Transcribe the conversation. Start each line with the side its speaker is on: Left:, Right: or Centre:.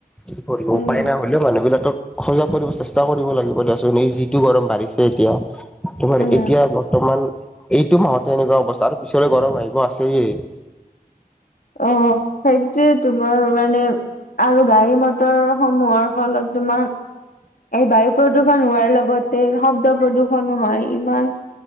Centre: কি কৰিব উপায়
Left: উম
Centre: নাই হ'লেও মানুহবিলাক সজাগ কৰিব চেষ্টা কৰিব লাগিব দিয়াচোন এ যিটো গৰম বাঢ়িছে এতিয়া।
Left: উম
Centre: এতিয়া বৰ্তমান এইটো মাহতে এনেকুৱা অৱস্থা আৰু পিছলৈ গৰম আহিব আছেই।
Left: অ অ সেইটোৱে তোমাৰ মানে আৰু গাড়ী মটৰ সমূহৰ ফলত তোমাৰ এই বায়ু প্ৰদূষণ হোৱাৰ লগত এই শব্দ প্ৰদূষনো হয় ইমান